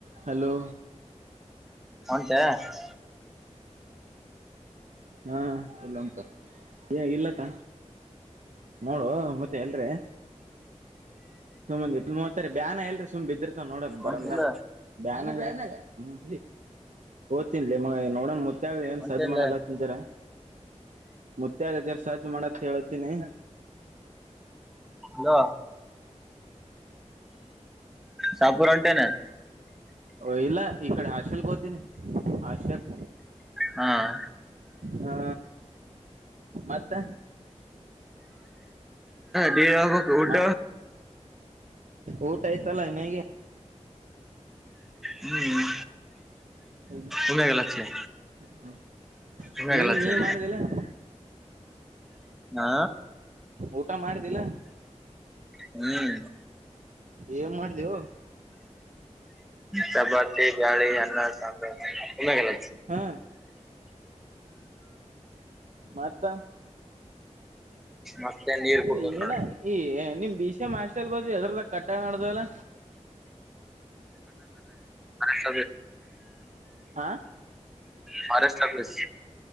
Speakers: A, on the right; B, in the centre.
A: ಹಲೋ
B: ಹಟ <inaudible> <unintelligible>
A: ಹಾ ಇಲ್ಲ ಉಂತು ಏ ಇಲ್ಲತ್ತ ನೋಡು ಮತ್ತೆ ಎಲ್ರೀ ಸುಮ್ಮಂದ ಇಟ್ ಮೂವತ್ತರಿ ಬ್ಯಾನ ಎಲ್ರಿ ಸುಮ್ ಬ ಇದಿದಿರ್ತಾವ ನೋಡ ಬರಂದಾಗ
B: ಒಂಟಿಲ್ಲ
A: ಬಾನ ಹ್ಮ್ ಓದ್ತಿನ್ಲಲಿ ಮ ನೋಡೋಣ ಮುತ್ತಾಗ ಏನ್
B: ಒಂಟೆಲ್ಲ
A: ಸಜ್ ಮಾಡಲ್ಲತ್ಜಾರ ಮುತ್ತಗ ಜರ್ ಸಹಜ ಮಾಡತ್ ಹೇಳತೀನಿ
B: ಅಲ <unintelligible> ಪುರ್ ಅಂಟೆನೆ
A: ಓ ಇಲ್ಲ ಇಕ್ಕಡೆ ಹಾಸ್ಟೆಲ್ಗೆ ಕೊತೀನಿ ಹಾಸ್ಟೆಲ್
B: ಹ್ಮ್
A: ಹಾ ಮತ್ತೆ
B: ಡಬ ಊಟ
A: ಮ ಊಟ ಆಯ್ತಲ್ಲ ಇನಗೆ
B: ಹ್ಮ್
A: ಹ
B: ಒಮ್ಮೆಗಲ್ಲ ಹಚ್ಚಿ
A: ಹ
B: ಒಮ್ಮೆಗಲ್ಲ
A: ನೀನ್
B: ಹಚ್ಚಿ
A: ನೀ ಮಾಡುದಿಲ್ಲ <inaudible>
B: ಹಾ
A: ಊಟ ಮಾಡಿದ್ದಿಲ್ಲ
B: ಹ್ಮ್
A: ಏನ್ ಮಾಡ್ದವು
B: ಚಪಾತಿ ಜಾಳ ಅನ್ನ ಸಾಾಮ ನ್ನ ಕಲ್ಲ
A: ಹಾ ಮತ್ತ
B: ಮತ್ತೆ ನೀರ್
A: ಇದು
B: ಕುಡ್ದು ನೋಡ
A: ಏನ ಈ ನಿಮ್ ಮಾಸ್ ಅಲ್ ಬಸ ಎದ್ರದ ಕಟ್ಟ ನಡ್ದಲ್ಲ
B: ಹ ಸ
A: ಆಾ
B: ಫಾರೆಸ್ಟ್ ಆಫೀಸ್